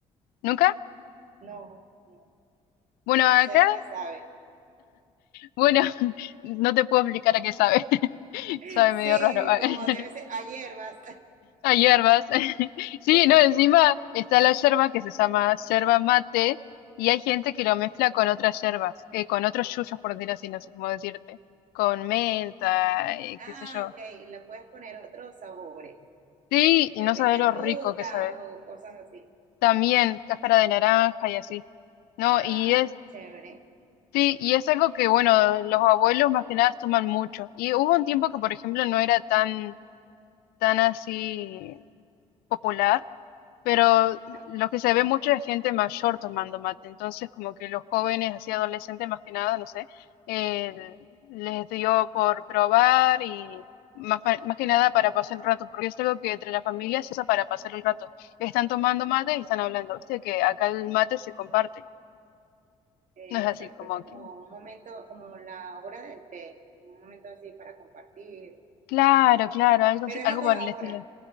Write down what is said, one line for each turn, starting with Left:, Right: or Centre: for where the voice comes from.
Left: ¿Nunca?
Right: No, no,
Left: Bueno,
Right: no
Left: acá,
Right: sé a qué sabe.
Left: bueno, <laughs> no te puedo explicar a qué sabe, <laughs>
Right: <laughs>
Left: sabe medio
Right: Sí,
Left: raro, a,
Right: como
Left: <laughs>
Right: debe ser a hierbas.
Left: a hierbas. <laughs> Sí,
Right: <laughs>
Left: no, encima está la yerba que se llama yerba mate y hay gente
Right: Ok.
Left: que lo mezcla con otras yerbas, eh, con otros yuyos, por decir así, no sé cómo decirte, con menta, eh,
Right: Ah,
Left: qué sé yo.
Right: ok, le puedes poner otros sabores.
Left: Sí, y
Right: De
Left: no
Right: repente
Left: sabe lo
Right: fruta
Left: rico que sabe.
Right: o cosas así.
Left: También cáscara de naranja y así. No,
Right: Ah,
Left: y es
Right: chévere.
Left: Sí, y es algo que, bueno, los abuelos más que nada toman mucho. Y hubo un tiempo que, por ejemplo, no era tan, tan así popular, pero
Right: Ajá.
Left: lo que se ve mucho es gente mayor tomando mate. Entonces, como que los jóvenes, así adolescentes más que nada, no sé, eh, les dio por probar y más, pa- más que nada para pasar el rato, porque es algo que entre las familias se usa para pasar el rato. Están tomando mate y están hablando. Viste que acá el mate se comparte.
Right: Exacto,
Left: No es así como
Right: es como
Left: que
Right: un momento, como la hora del té, un momento así para compartir.
Left: Claro, claro, algo,
Right: Pero
Left: así-
Right: es
Left: algo
Right: a toda
Left: por el estilo.
Right: hora.